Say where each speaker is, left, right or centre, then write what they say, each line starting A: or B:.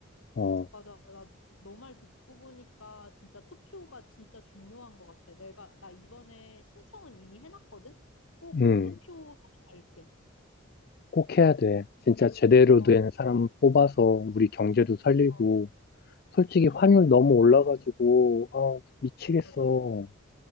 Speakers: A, on the left; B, on the left.
A: 어,
B: 맞아. 나 너 말 듣고 보니까 진짜 투표가 진짜 중요한 것 같아. 내가, 나 이번에 신청은 이미 해놨거든? 꼭
A: 음,
B: 투표하러 갈게.
A: 꼭 해야 돼. 진짜 제대로
B: 어,
A: 된 사람 뽑아서 우리 경제도 살리고
B: 어,
A: 솔직히
B: 음.
A: 환율 너무 올라가지고, 아, 미치겠어.
B: 어, 맞아.